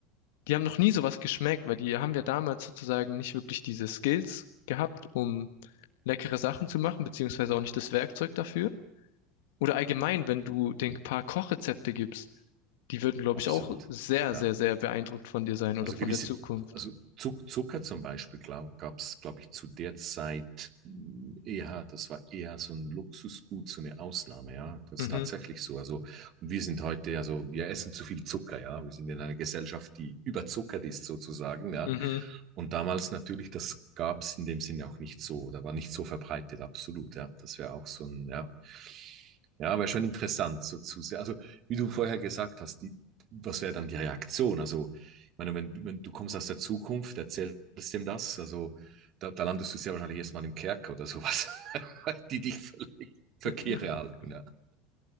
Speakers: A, on the left; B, on the right.
A: die haben noch nie sowas geschmeckt, weil die haben ja damals sozusagen nicht wirklich diese Skills gehabt, um leckere Sachen zu machen, beziehungsweise auch nicht das Werkzeug dafür. Oder allgemein, wenn du den paar Kochrezepte gibst, die würden, glaube
B: absolut.
A: ich, auch sehr,
B: Ja.
A: sehr, sehr beeindruckt von dir sein oder
B: Also
A: von
B: gewisse,
A: der Zukunft.
B: also Zucker zum Beispiel gab es, glaube ich, zu der Zeit mm, eher, das war eher so ein Luxusgut, so eine Ausnahme, ja. Das
A: Mhm,
B: ist tatsächlich so. Also, und wir sind heute, also wir essen zu viel Zucker, ja. Wir sind in einer Gesellschaft, die überzuckert ist sozusagen, ja.
A: mhm.
B: Und damals natürlich, das gab es in dem Sinne auch nicht so, da war nicht so verbreitet, absolut, ja. Das wäre auch so ein, ja. Ja, aber schon interessant, so zu sehr. Also, wie du vorher gesagt hast, die, was wäre dann die Reaktion? Also, ich meine, wenn, wenn du kommst aus der Zukunft, erzählst dem das, also da, da landest du sehr wahrscheinlich erstmal im Kerker oder sowas, <laughs> die dich völlig verkehre
A: <laughs>
B: halten. Ja.